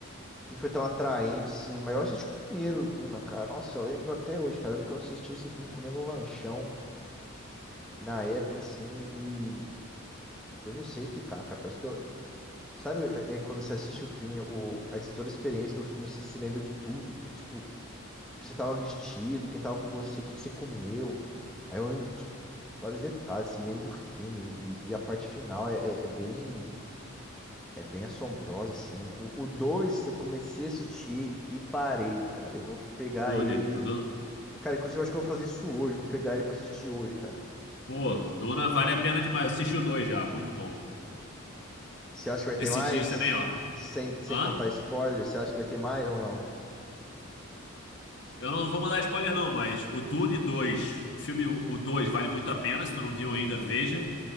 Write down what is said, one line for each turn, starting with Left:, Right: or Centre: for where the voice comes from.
Centre: não foi tão atraente, assim. Mas eu assisti o primeiro Duna, cara. Nossa, eu lembro até hoje, cara. Eu lembro que eu assisti esse filme comendo um lanchão na época, assim, e eu não sei explicar, cara. Parece que eu. Sabe, é é quando você assiste o filme, o, a, toda a experiência do filme, você se lembra de tudo. de, tipo, que você estava vestido, quem estava com você, o que que você comeu. Aí eu lembro de vários detalhes, assim, lembro do filme. E, e a parte final é, é- é bem, é bem assombrosa, assim. O 2 eu comecei a assistir e parei, cara. Eu vou pegar
Left: Dune.
Centre: ele.
Left: O Du-
Centre: Cara, inclusive eu acho que eu vou fazer isso hoje. Vou pegar ele pra assistir hoje, cara.
Left: Pô, Duna vale a pena demais. Assisti o dois já, muito bom.
Centre: Você acha que vai ter
Left: Esse
Centre: mais?
Left: dia também, ó.
Centre: Sem, sem
Left: Hã?
Centre: contar spoiler, você acha que vai ter mais ou não?
Left: Eu não vou mandar spoiler não, mas o Dune 2, o filme o 2 vale muito a pena, se tu não viu ainda, veja.